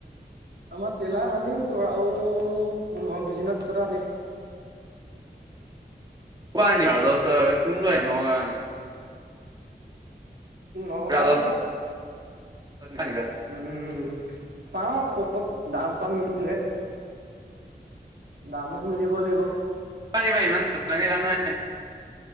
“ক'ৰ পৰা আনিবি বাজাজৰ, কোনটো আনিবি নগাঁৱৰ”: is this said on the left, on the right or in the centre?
Right